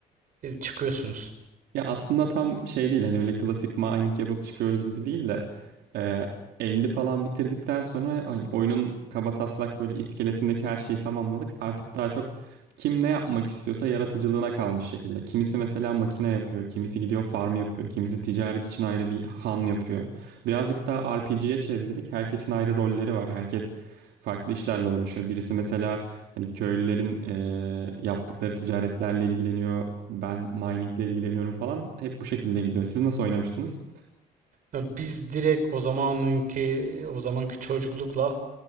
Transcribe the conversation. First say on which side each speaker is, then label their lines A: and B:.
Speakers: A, on the right; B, on the right.
A: e, çıkıyorsunuz.
B: Ya aslında tam şey değil hani öyle klasik mining yapıp çıkıyoruz gibi değil de e, End'i falan bitirdikten sonra hani oyunun kaba taslak böyle iskeletindeki her şeyi tamamladık. Artık daha çok kim ne yapmak istiyorsa yaratıcılığına kalmış şekilde. Kimisi mesela makine yapıyor, kimisi gidiyor farm yapıyor, kimisi ticaret için ayrı bir han yapıyor. Birazcık daha RPG'ye çevirdik. Herkesin ayrı rolleri var. Herkes farklı işlerle uğraşıyor. Birisi mesela Hani köylülerin eee, yaptıkları ticaretlerle ilgileniyor. Ben miningle ilgileniyorum falan. Hep bu şekilde gidiyor. Siz nasıl oynamıştınız?
A: Ya Biz direkt o zamanınki o zamanki çocuklukla